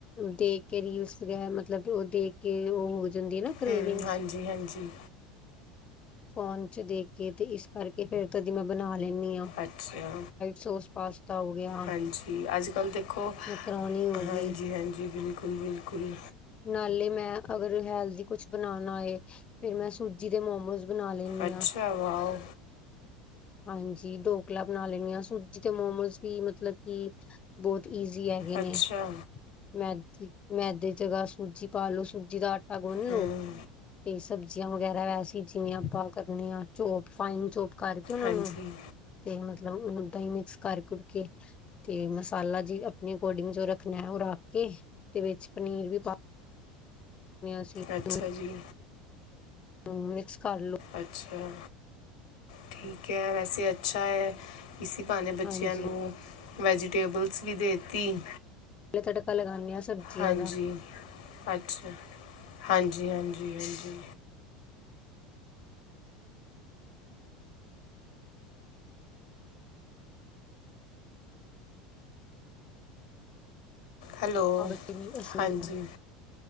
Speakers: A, on the left (about 30°); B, on the left (about 80°).
A: ਦੇਖ ਕੇ ਰੀਲਸ ਵਗੈਰਾ ਮਤਲਬ ਉਹ ਦੇਖ ਕੇ ਉਹ ਹੋ ਜਾਂਦੀ ਨਾ। ਕਰੇਵਿੰਗਸ
B: ਹੂੰ, ਹਾਂਜੀ-ਹਾਂਜੀ।
A: ਫੋਨ ਚ ਦੇਖ ਕੇ ਤੇ ਇਸ ਕਰਕੇ ਫਿਰ ਕਦੀ ਮੈਂ ਬਣਾ ਲੈਂਦੀ ਹਾਂ।
B: ਅੱਛਾ
A: ਸੋਸ ਪਾਸਤਾ ਹੋ ਗਿਆ
B: ਹਾਂਜੀ, ਅੱਜ ਕੱਲ੍ਹ ਦੇਖੋ,
A: ਮੈਕਰੋਨੀ ਹੋ
B: ਹਾਂਜੀ
A: ਗਈ
B: ਹਾਂਜੀ ਬਿਲਕੁਲ ਬਿਲਕੁਲ।
A: ਨਾਲੇ ਮੈਂ ਅਗਰ ਹੈਲਦੀ ਕੁਛ ਬਣਾਣਾ ਏ ਫੇਿਰ ਮੈਂ ਸੂਜੀ ਦੇ ਮੋਮੋਸ ਬਣਾ ਲੈਂਦੀ
B: ਅੱਛਾ
A: ਹਾਂ।
B: ਵਾਓ।
A: ਹਾਂਜੀ ਡਢੋਕਲਾ ਬਣਾ ਲੈਣੀ ਆ, ਸੂਜੀ ਤੇ ਮੋਮੋਸ ਵੀ ਮਤਲਬ ਕਿ ਬਹੁਤ ਈਜ਼ੀ ਹੈਗੇ ਨੇ।
B: ਅੱਛਾ
A: ਮੈਦੇ ਦੀ ਜਗਾ ਸੂਜੀ ਪਾ ਲੋੋ ਸੂਜੀ ਦਾ ਆਟਾ ਗੁਨ
B: ਹੂੰ
A: ਲੋ ਤੇ ਸਬਜ਼ੀ ਸਬਜ਼ੀਆਂ ਵਗੈਰਾ ਵੈਸੇ ਜਿਵੇਂ ਆਪਾਂ ਕਰਨੇ ਹਾਂ ਚੋਪ ਫਾਈਨ ਚੋਪ ਕਰਕੇ ਉਹਨਾਂ
B: ਹਾਂਜੀ
A: ਨੂੰ ਤੇ ਮਤਲਬ ੳਦਾਂ ਹੀ ਮਿਕਸ ਕਰ ਕੁੁਰ ਕੇ ਤੇ ਮਸਾਲਾ ਜੀ ਆਪਣੇ ਅਕੋਰਡਿੰਗ ਜੋ ਰੱਖਣਾ ਹੈ ਉਹ ਰੱਖ ਕੇ ਤੇ ਵਿੱਚ ਪਨੀਰ ਵੀ ਪਾ ਅਸੀ
B: ਅੱਛਾ
A: ਦੋ
B: ਜੀ।
A: ਹਮ ਮਿਕਸ ਕਰ ਲੋ।
B: ਅੱਛਾ ਠੀਕ ਹੈ ਵੈਸੇ ਅੱਛਾ ਹੈ। ਇਸੇ ਬਹਾਨੇ ਬੱਚਿਆਂ
A: ਹਾਂਜੀ
B: ਨੂੰ ਵੈਜੀਟੇਬਲਸ ਵੀ ਦੇਤੀ।
A: ਪਲੇ ਤੜਕਾ ਲਗਾਉਂਦੇ ਹਾਂ ਸਬਜ਼ੀਆਂ
B: ਹਾਂਜੀ
A: ਦਾ।
B: ਅੱਛਾ ਹਾਂਜੀ ਹਾਂਜੀ ਹਾਂਜੀ। ਹੈਲੋ,
A: ਬੱਚੇ ਵੀ ਅਸੀਂ
B: ਹਾਂਜੀ